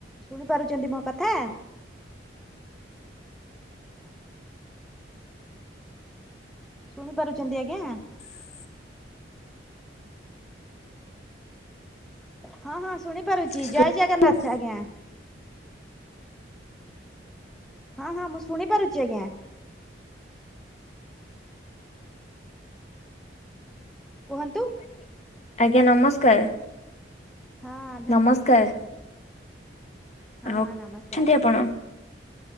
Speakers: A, in the centre; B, on the left (about 35°).
A: ଶୁଣି ପାରୁଛନ୍ତି ମୋ କଥା? ଶୁଣି ପାରୁଛନ୍ତି ଆଜ୍ଞା?
B: <inaudible>
A: ହଁ ହଁ ଶୁଣି ପାରୁଛି
B: ଶୁଣିପାରିଲେ?
A: ଜୟ ଜଗନ୍ନାଥ ଆଜ୍ଞା। ହଁ ହଁ ମୁଁ ଶୁଣିପାରୁଛି ଆଜ୍ଞା। କୁହନ୍ତୁ।
B: ଆଜ୍ଞା ନମସ୍କାର।
A: ହଁ ଧନ୍ୟବା
B: ନମସ୍କାର
A: ହଁ
B: ଆଉ
A: ହଁ ନମସ୍କାର।
B: ଅଛନ୍ତି ଆପଣ?